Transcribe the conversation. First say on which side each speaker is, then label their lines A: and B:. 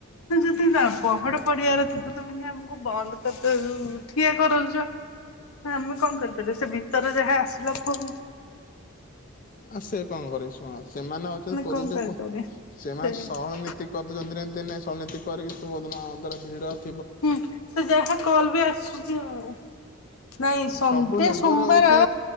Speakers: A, on the left; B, on the left.
A: ଯଦି ପହଡ ପଡିିବାର ଥିଲା ତମେ ଆମକୁ ବନ୍ଦ କରିଦେଉଛ ଠିଆ କରାଉଛ। ନା ଆମେ କଣ କରିପାରିବୁ ସେ ଭିତରେ ଯାହା ଆସିଲା ପୁଅ
B: ଆ ସେ କଣ କରିବେ ଶୁଣ ସେମାନେ ଅଛନ୍ତି ପରିଚ
A: କଣ କରିପାରିବେ।
B: ସେମାନେ
A: ସେ ହୁଁ
B: ସହଳ ନୀ ତି କରିଦଉଛନ୍ତି ଯେମିତି ନାହିଁ ଶଳନୀତି କରିକି <unintelligible> ଭିଡ଼।
A: ହୁଁ ସେ ଜାହା କଲ୍ ବି ଆସୁଛି ଆଉ। ନାଇଁ ସନ୍ତେ
B: ସବୁ ନିର୍ଭର
A: ସୋମବାର
B: ହଉଛି